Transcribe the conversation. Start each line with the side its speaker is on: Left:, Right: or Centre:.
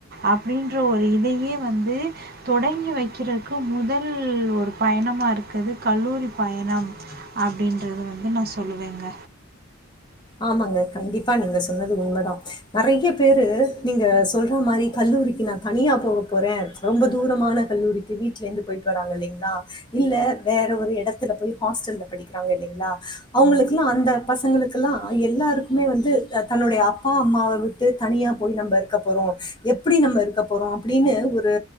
Right: அப்படின்ற ஒரு இதையே வந்து தொடங்கி வைக்கிறதுக்கு முதல் ஒரு பயணமா இருக்குது கல்லூரி பயணம் அப்படின்றது வந்து நா சொல்லுவேங்க
Left: ஆமாங்க கண்டிப்பா நீங்க சொன்னது உண்மதா நறையா பேரு நீங்க சொல்ற மாரி கல்லூரிக்கு நா தனியா போக போறே ரொம்ப தூரமான கல்லூரிக்கு வீட்ல இருந்து போயிட்டு வராங்க இல்லலைங்களா இல்ல வேற ஒரு எடத்துல போய் ஹாஸ்டல்ல படிக்கிறாங்க இல்லலைங்களா அவங்களுக்குலா அந்த பசங்களுக்கு பலா எல்லாருக்குமே வந்து தன்னுடைய அப்பா அம்மாவ விட்டு தனியா போய் நம்ம இருக்க போறோ எப்டி நம்ம இருக்க போறோ அப்டின்னு ஒரு